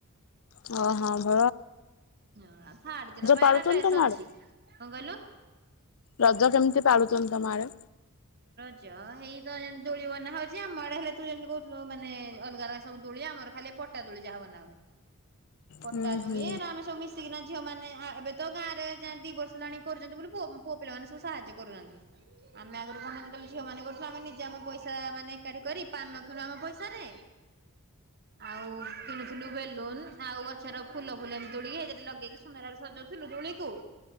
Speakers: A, on the left; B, on the right.
A: ଅ, ହଁ ଭ
B: ହୁଁ, ହଁ ଥର୍ଡ ଦିନ ପାଇଁ
A: ପାଳୁଛନ୍ତି
B: ମୋର ଡ୍ରେସ୍
A: ତମ
B: ଅଛି।
A: ଆଡେ?
B: କଣ କହିଲୁ?
A: ରଜ କେମିତି ପାଳୁଚ଼ନ୍ତି ତୋମ ଆଡ଼େ?
B: ରଜ ହେଇ ତ ଯେମିତି ଦୋଳି ବନା ହଉଛି, ଆମ ଆଡେ ହେଲେ ତୁ ଯେମତି କହୁଥିଲୁ, ମାନେ ଅଲଗା ଅଲଗା ସବୁ ଦୋଳି। ଆମର ଖାଲି ପଟା ଦୋଳି ଯାହା ବନା ହୁଏ ପଟା
A: ହୁଁ
B: ଦୋଳି
A: ହୁଁ
B: ଆମେ ସବୁ ମିଶ୍ ମିଶିକିନା ଝିଅମାନେ ହଁ ଏବେ ତ ଗାଆଁରେ ଯେମିତି ଦି ବର୍ଷ ହେଲାଣି କରୁଛନ୍ତି ବୋଲି ପୁଅ ପୁଅ ପିଲାମାନେ ସବୁ ସାହାଯ୍ୟ କରୁଛନ୍ତି। ଆମେ ଆଗରୁ କଣ ନା ଯେତେବେଳେ ଝିଅମାନେ କରୁ ଛୁଆମାନେ ନିଜେ ଆମେ ପଇସା ମାନେ ଏକାଠି କରି ପାନ କିଣୁ ଆମ ପଇସାରେ ଆଉ କିଣୁଥିଲୁ ବେଲୁନ୍ ଆଉ ଗଛର ଫୁଲ ଫୁଲ ଏମିତି ତୋଳି ସେଠି ଲଗେଇକି ସୁନ୍ଦରରେ ସଜଉଥିଲୁ ଦୋଳିକୁ।